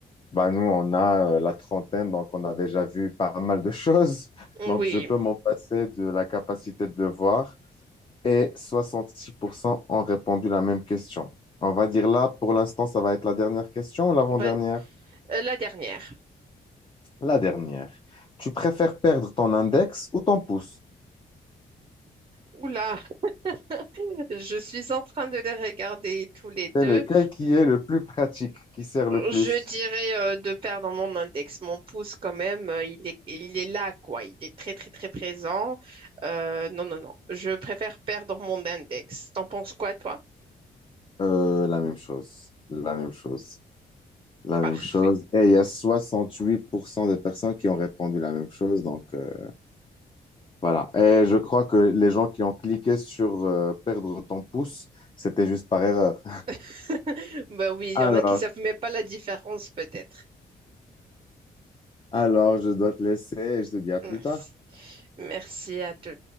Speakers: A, on the left (about 25°); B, on the right (about 30°).
A: Ben nous, on a euh, la trentaine, donc on a déjà vu pas mal de <laughs> choses.
B: Oui,
A: Donc, je peux m'en passer de la capacité de voir et 66% ont répondu la même question. On va dire là, pour l'instant, ça va être la dernière question ou l'avant-dernière?
B: bah, euh, la dernière.
A: La dernière. Tu préfères perdre ton index ou ton pouce?
B: Oula, <laughs> je suis en train de les regarder tous
A: <laughs>
B: les deux.
A: C'est lequel qui est le plus pratique, qui sert le plus?
B: Je dirais euh, de perdre mon index. Mon pouce, quand même, euh, il est, il est là, quoi. Il est très, très, très présent. Euh, non, non, non. Je préfère perdre mon index. T'en penses quoi, toi?
A: Euh, la même chose, la même chose, la
B: Parfait.
A: même chose. Et il y a 68% de personnes qui ont répondu la même chose. Donc euh, voilà. Et je crois que les gens qui ont cliqué sur euh, perdre ton pouce, c'était juste par erreur.
B: <laughs> Bah oui,
A: <laughs>
B: il
A: Alors,
B: y en a qui savent même pas la différence, peut-être.
A: Alors, je dois te laisser et je te dis à
B: Merci.
A: plus tard.
B: Merci à toi.